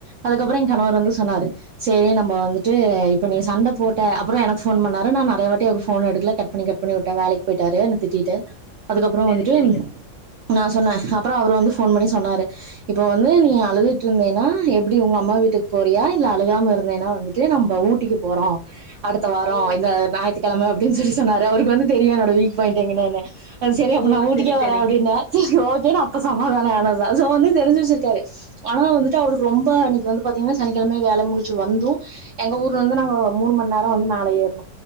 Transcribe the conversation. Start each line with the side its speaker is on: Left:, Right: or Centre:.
Right: அதுக்கப்புறோ எங் கணவர்
Left: ஓ
Right: வந்து சொன்னாரு சேரி நம்போ வந்துட்டு இப்ப நீ சண்ட போட் ட்ட அப்புறோ எனக் ஃபோன் பண்ணாரு நா நெறைய வாட்டி அவுரு ஃபோன எடுக்ல கட் பண்ணி கட் பண்ணி வுட்டே வேலைக் போயிட்டாரு என்ன திட்டிட்டு அதுக்கப்புறோ
Left: செரி
Right: வந்துட்டு
Left: செரிங்க
Right: நா சொன்னே அப்பறோ அவுரு வந்து ஃபோன் பண்ணி சொன்னாரு இப்ப வந்து நீ அழுதுட்ருந்தேனா எப்டி உங்க அம்மா வீட்டுக் போறியா இல்ல அலுகாம இருந்தேனா வந்துட்டு நம்ப ஊட் ட்டிக்க போறோம் அடுத்த வாரம்
Left: ஓ
Right: இந்த ஞாயித்துக்கெழம அப்டின்னு சொல்லி சொன்னாரு அவருக்கு வந்து தெரியும் என்னோட வீக் பாயிண்ட் என்னன்னு அது சரி அப்ப
Left: ஓ
Right: நா ஊட்டிக்கே
Left: செரி செரி
Right: வரே அப்டின்ன செரி ஓகே நா அப்ப சமாதானம் ஆனதுதா சோ வந்து தெரிஞ்சு வச்சுருக்காரு ஆனா வந்துட்டு அவருக்கு ரொம்ப அன்னிக்கு வந்து பாத்தீங்கன்னா சனிக்கிழம வேல முடிச்சு வந்தும் எங்க ஊர்ல வந்து நாங்க மூணு மண் நேரம் வந்து மேல ஏற்னோ